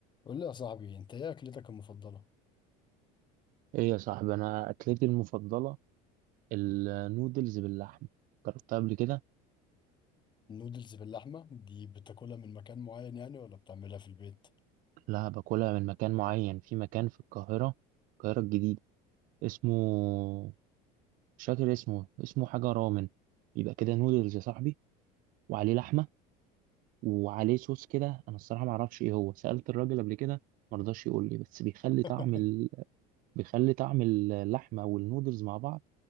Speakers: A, on the left; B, on the right.
A: قول لي يا صاحبي انت ايه اكلتك المفضله
B: ايه يا صاحبي انا اكلتي المفضله النودلز باللحمه جربتها قبل كده
A: النودلز باللحمه دي بتاكلها من مكان معين يعني ولا بتعملها في البيت
B: لا باكلها من مكان معين في مكان في القاهره القاهره الجديده اسمه مش فاكر اسمه اسمه حاجه رامن يبقى كده نودلز يا صاحبي وعليه لحمه وعليه صوص كده انا الصراحه ما اعرفش ايه هو سالت الراجل قبل كده ما رضاش يقول لي بس بيخلي طعم
A: <laughs>
B: ال... بيخلي طعم اللحمه والنودلز مع بعض